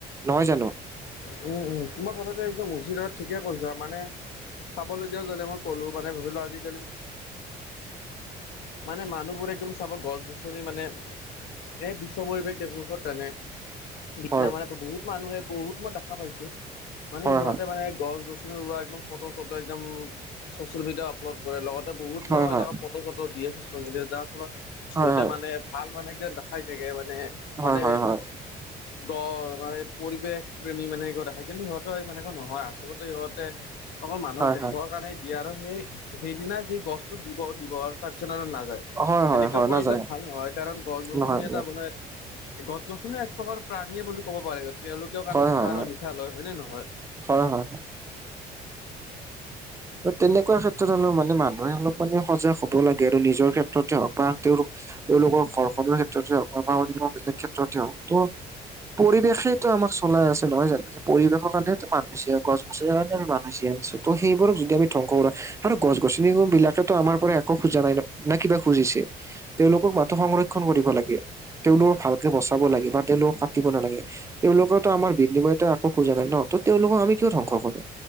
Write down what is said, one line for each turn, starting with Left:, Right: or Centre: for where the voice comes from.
Right: নহয় জানোঁ?
Left: উম, উম, তোমাৰ কথাটো একদম উচিত হয় ঠিকে কৈছা মানে চাবলগীয়াও <unintelligible> ক'লো, মানে ভাবি লোৱা আজিকালি মানে মানুহবোৰে একদম চাবা গছ গছনি মানে এ, বিশ্ব পৰিৱেশ <unintelligible> তেনে দিনা
Right: হয়
Left: মানে বহুত মানুহে বহুত মই দেখা পাইছোঁ, মানে
Right: হয়
Left: সিহঁতে
Right: হয়
Left: মানে গছ গছ <unintelligible> ফট' চট' একদম চ'চিয়েল মিডিয়াত আপলড কৰে, লগতে বহুত
Right: হয়
Left: ন'
Right: হয়
Left: এনেকা <unintelligible> ট চত' দিয়ে ছ'চিয়েল মিডিয়াত যাৰ ফলত সিহঁতে
Right: হয়
Left: মানে ভাল মানে <unintelligible> দেখাই থাকে মানে
Right: হয়
Left: মানে <unintelligible>
Right: হয় হয় হয়
Left: গ, মানে পৰিৱেশ প্ৰেমী মানে <unintelligible> দেখাই কিন্তু সিহঁত <unintelligible> নহয় আচলতে ইহঁতে অকল মানুহক
Right: হয় হয় হয়
Left: দেখাবৰ কাৰণে দিয়ে আৰু সেই সেইদিনা যি গছতো দিব দিবৰ তাৰ পিছত আৰু নাযায়,
Right: হয় হয় হয়
Left: এনেকুৱা
Right: হয়
Left: কৰিলে
Right: নাযায়
Left: ভাল নহয় কাৰণ গছ গছনি
Right: নহয়
Left: এটা আপোনাৰ এ, গছ গছনি এক প্ৰকাৰৰ প্ৰাণীয়ে বুলি ক'ব পাৰে, তেওঁলোকেও কাৰণ
Right: হয়
Left: উশাহ
Right: হয় হয়
Left: আৰু নিশা লয় হয়নে নহয়?
Right: হয়, হয়। তেনেকুৱা ক্ষেত্ৰত হ'লে মানে মান মই অলপ মানে সজাগ হ'ব লাগে আৰু নিজৰ ক্ষেত্ৰতে হওক বা তেওঁৰ তেওঁলোকৰ ঘৰখনৰ ক্ষেত্ৰতে হওক বা <unintelligible> বেলেগ ক্ষেত্ৰতে হওক, ত পৰিৱেশেতো আমাক চলাই আছে নহয় জানো? পৰিৱেশৰ কাৰণেতো মানুহ জীয়াই, গছ গছনিৰ কাৰণে আমি মানুহ জীয়াই আছো, ত' সেইবোৰক য ধ্বংস কৰা আৰু গছ গছনিকো ত' আমাৰ পৰা একো খোজা নাই ন' না কিবা খুজিছে, তেওঁলোকক মাথো সংৰক্ষন কৰিব লাগে। তেওঁলোকক ভালকে বচাব লাগে বা তেওঁলোকক কাটিব নালাগে, তেওঁলোকে ত' আমাৰ বিনিময়তা খোজা নাই ন' ত' তেওঁলোকক আমি কিয় ধ্বংস কৰো,